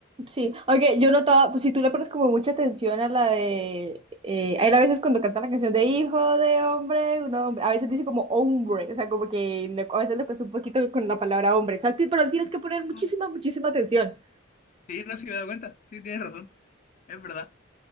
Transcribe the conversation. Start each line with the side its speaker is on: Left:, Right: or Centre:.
Right: sí. Aunque yo notaba, pues si tú le pones como mucha atención a la de... Eh, a él a veces cuando canta la canción de hijo de hombre, un hombre, a veces dice como hombre, o sea, como que le- a veces le cuesta un poquito con la palabra hombre, o sea, ti- pero tienes que poner muchísima,
Left: Ah,
Right: muchísima atención.
Left: sí, no sé si me he dado cuenta, sí, tienes razón, es verdad.